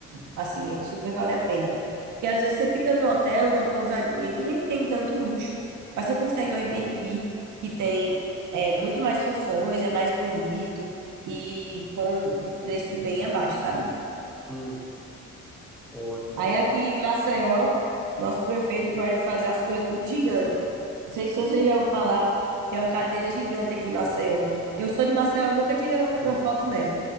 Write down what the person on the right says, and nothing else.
assim, é super vale a pena. Porque às vezes você fica num hotel, numa pousadinha que nem tem tanto luxo, mas você consegue um Airbnb que tem é, muito mais funções, é mais bonito e com um preço bem abaixo, sabe?
Aí
aqui em Maceió, nosso prefeito gosta de fazer as coisas tudo gigante. Não sei se você já ouviu falar, tem uma cadeira gigante aqui em Maceió. Eu sou de Maceió, nunca tirei uma, uma foto nela.